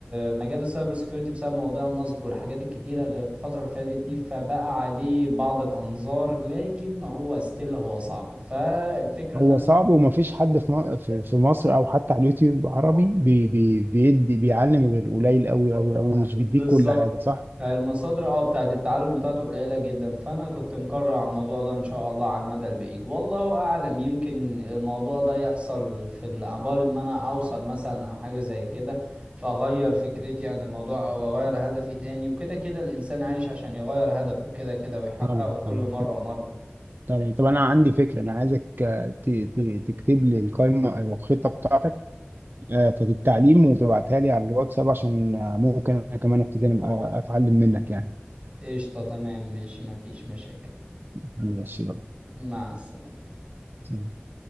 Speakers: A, on the right; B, on the right.
A: مجال السايبر سيكيورتي بسبب مواضيع النصب والحاجات الكتيرة اللي في الفترة اللي فاتت دي فبقى عليه بعض الأنظار لكن هو ستيل هو صعب فالفكرة
B: هو
A: إن أنا
B: صعب
A: كنت
B: ومفيش حد في م- في في مصر او حتى على اليوتيوب عربي بي بي بيدي بيعلم غير قليل قوي قوي قوي مش
A: بالظبط
B: بيديك كل حاجه صح؟
A: فالمصادر اه بتاعت التعلم بتاعته قليلة جدا فأنا كنت مقرر على الموضوع ده إن شاء الله على المدى البعيد والله أعلم يمكن الموضوع ده يحصل في ال- عبال ما أنا أوصل مثلا أو حاجة زي كده فأغير فكرتي عن الموضوع أو أغير هدفي تاني وكده كده الإنسان عايش عشان يغير هدفه كده كده ويحققه
B: طبعا
A: كل
B: طبعا
A: مرة ومرة
B: طب طب انا عندي فكره انا عايزك آه، ت- ت- تكتب لي القائمه أو الخطه بتاعتك آه، في التعليم وتبعتها لي على الواتساب عشان آه، ممكن انا كمان ابتدي أنا أ- اتعلم منك يعني
A: قشطة تمام ماشي مفيش مشاكل
B: ماشي
A: مع السلامة
B: يلا